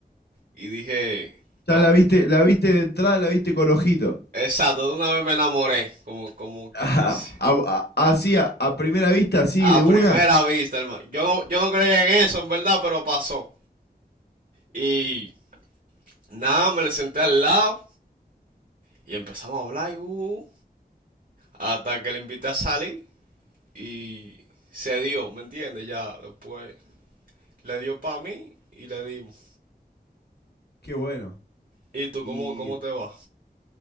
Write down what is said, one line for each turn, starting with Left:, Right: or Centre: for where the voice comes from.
Right: y dije, "Tengo-
Left: Ya la viste, la viste de entrada, la viste con ojito. <laughs>
Right: exacto, de una vez me enamoré, como, como quien
Left: Ah,
Right: dice.
Left: a- a- así, a, a primera vista, así,
Right: A
Left: de una.
Right: primera vista, hermano. Yo no, yo no creía en eso, en verdad, pero pasó. Y nada, me le senté al lado y empezamos a hablar y, uh, uh, hasta que le invité a salir y se dio, ¿me entiendes? Ya después le dio para mí y le dimos.
Left: Qué bueno.
Right: ¿Y tú
Left: Y
Right: cómo, cómo te va?